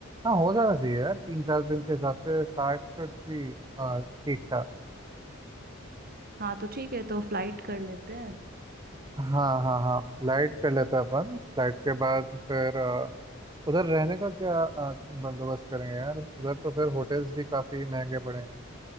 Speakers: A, on the right; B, on the right.
A: हाँ हो जाना चाहिए यार तीन चार दिन के हिसाब से साठ शुड भी ठीक ठाक
B: हाँ तो ठीक है तो फ्लाइट कर लेते हैं
A: हाँ हाँ हाँ फ्लाइट कर लेते हैं अपन फ्लाइट के बाद फिर अ, उधर रहने का क्या अ, बंदोबस्त करेंगे यार उधर तो फिर होटल्स भी काफ़ी महंगे पड़ेंगे